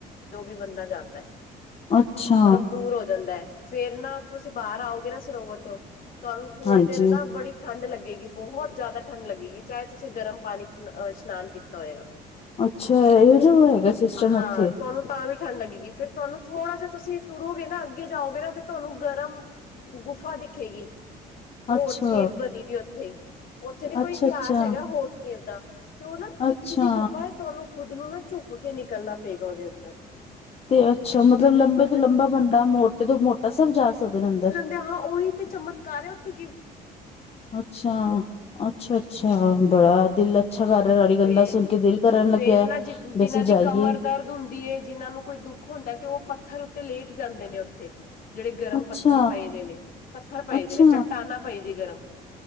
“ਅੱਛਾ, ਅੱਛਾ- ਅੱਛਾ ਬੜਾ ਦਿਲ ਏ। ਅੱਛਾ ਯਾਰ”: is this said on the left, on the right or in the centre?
Left